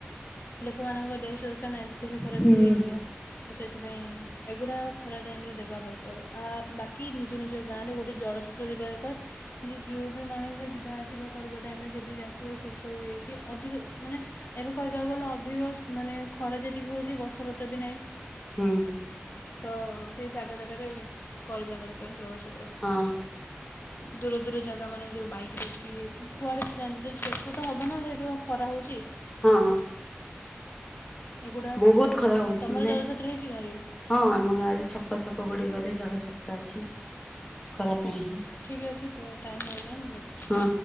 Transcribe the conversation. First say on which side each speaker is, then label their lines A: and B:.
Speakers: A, on the left; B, on the left.
A: ଲୋକମାନଙ୍କର ଦେଶ ଦରକାର ନା। ଦେହ ଖରାପ
B: ହୁଁ
A: ବି ହେଇଯିବ ତ ସେଥିପାଇଁ ଏଗୁଡ଼ା ଖରା ଟାଇମ୍ ରେ ଦେବା ଦରକାର ଆ ବାକି ନିଜ ନିଜ ଗାଁ ରେ ଗୋଟେ ଜଳଚତ୍ର ଦେବା ଦରକାର। ଯେ ଯଉ ବି ମଣିଷ ଯିବା ଆସିବା କରିବା ଟାଇମ ରେ ଯଦି ତାଙ୍କୁ ଶୋଷ ହୁଏକି ଅଧିକ ମାନେ ଏବେ କହିବାକୁ ଗଲେ ଅଧିକ ମାନେ ଖରା ଯେତିକି ହଉଛି ଗଛ ପତ୍ର ବି ନାହିଁ।
B: ହୁଁ।
A: ତ ସେଇ ଜାଗା ଜାଗାରେ କରିବା ଦରକାର ଜଳଛତ୍ର।
B: ହଁ।
A: <inaudible> ଦୂର ଦୂର ଜାଗା ମାନେ ଯଉ ବାଇକ୍ କିି କୁଆଡ଼େ କି ଯାଆନ୍ତି ତ ଶୋଷ ତ ହେବ ନା ଯେହେତୁ ଖରା ହେଉଛି।
B: ହଁ।
A: ଏଗୁଡ଼ାକ
B: ବହୁତ
A: କରିବା ଦରକାର
B: ଖରା ହଉଛି
A: ତମର
B: ମାନେ
A: ଜଳଛତ୍ର ହେଇଛି ଗାଁରେ।
B: ହଁ ଆମ ଗାଁରେ ଛକ ଛକ ଗୁଡିକରେ ଜଳଛତ୍ର ଅଛି ଖରା ପାଇଁ ହିଁ।
A: ଠିକ୍ ଅଛି ତ ଟାଇମ୍ ହେଇଗଲାଣି ରଖୁଛି।
B: ହଁ।